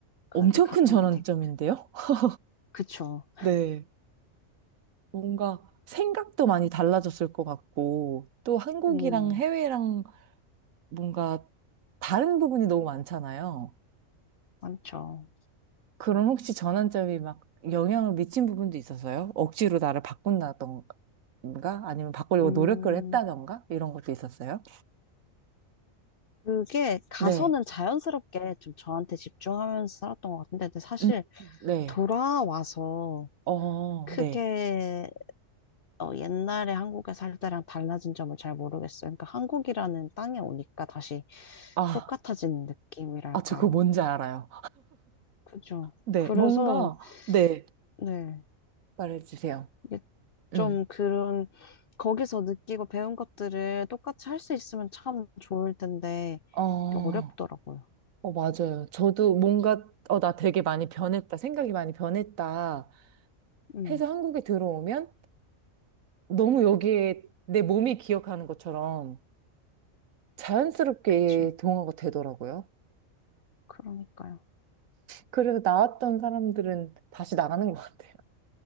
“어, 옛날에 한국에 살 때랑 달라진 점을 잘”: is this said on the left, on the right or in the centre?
Left